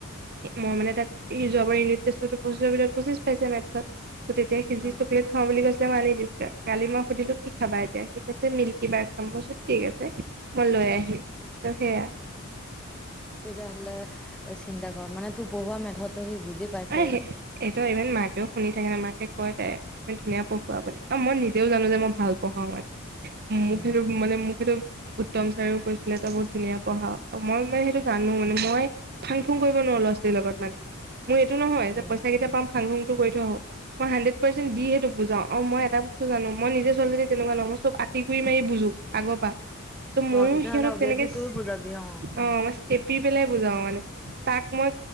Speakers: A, on the right; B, in the centre.
A: মই মানে তাক যোৱাবাৰ ইট চিছৰ ভিতৰতচিছ পাইছে মত ত তেতিয়া সিজি
B: অ
A: চকলেট খাওঁ বুলি কৈ মানি দিছিলা কালি মই সুধিলো কি খাবা এতিয়া ঠিক আছে মিল্কী বাৰ খামইচোন ঠিক আছে মই লৈ আহিম ত সেয়া
B: তেতিয়াহলে চিন্তা কৰ মানে তোৰ পঢ়োৱা মেধটো সি বুজি পাইছে
A: এ সেইটো ইমান মাকেও শুনি থাকে ন মাকে কয় তাই ম ধুনীয়া পঢ়োৱাৰ বুলি অ মই নিজেও জানো যে মই ভাল পঢ়াও মানে ম
B: উম
A: ঘেৰ মানে মু ঘেেত উত্তম ছাৰেও কৈছিলে তো বহুত ধুনীয়া পঢ়াও অঁ মই মানে সেইটো জানো মানে মই ফাং খুং কৰিব নোৱাৰো ল'ৰা ছোৱালীৰ লগত মানে মোৰ এইটো নহয়
B: উম
A: যে পইচা কেইটা পাম খাং খুংটো কৰি থৈ আহওঁক মই হাড্ৰেড দি সেইটো বুজাও অ মই এটা জানো মই নিজে চলি তেনেকুৱা নম <inaudible> কৰি মাৰি বুজো আগৰ পৰা ত' মইো
B: অ তেতিয়াহ'লে
A: সিহঁতক
B: অবিয়াচলি
A: তেনেকৈ
B: তইও বুজাবি অ
A: মই চেপি পেলাই বুজাও মানে তাক মই